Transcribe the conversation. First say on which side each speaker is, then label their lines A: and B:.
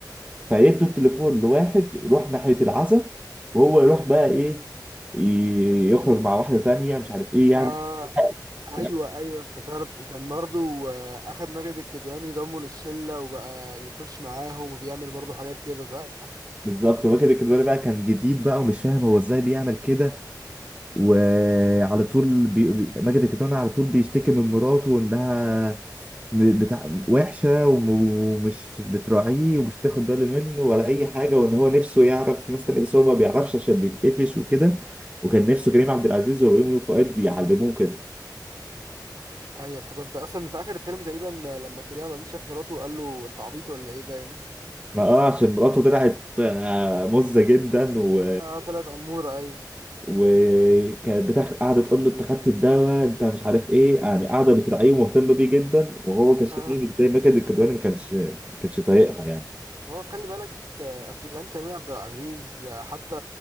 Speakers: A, on the right; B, on the right.
A: فيدوا التليفون لواحد يروح ناحية العزا وهو يروح بقى ايه ي- يخرج مع واحدة تانية مش عارف ايه يعني
B: آه ايوه
A: <laughs>
B: ايوه افتكرت وكان برضه آه، اخد ماجد الكدواني ضمه للشله وبقى بيخش معاهم وبيعمل برضه حاجات كده صح
A: بالظبط هو كده كده بقى كان جديد بقى ومش فاهم هو ازاي بيعمل كده وعلى طول بي... بي... ماجد الكدواني على طول بيشتكي من مراته انها م- بتاع وحشة وم- ومش بتراعيه ومش بتاخد باله منه ولا أي حاجة وإن هو نفسه يعرف ناس تانية بس هو ما بيعرفش عشان بيتقفش وكده وكان نفسه كريم عبد العزيز ويومي فؤاد يعلموه كده
B: ايوه افتكرت اصلا في اخر الفيلم تقريبا آه، لما كريم عبد العزيز شاف مراته وقال له انت عبيط ولا ايه باين
A: ما اه عشان مراته طلعت آه، مزة جدا و...
B: اه طلعت اموره ايوه
A: وكانت بتاخ... قاعدة تقول له انت خدت الدواء انت مش عارف ايه يعني قاعدة بتراعيه ومهتمة بيه جدا وهو كان شكله
B: اه
A: زي ما كان الكدواني ما كانش ما كانش طايقها يعني
B: هو خلي بالك آه، افلام كريم عبد العزيز آه، حتى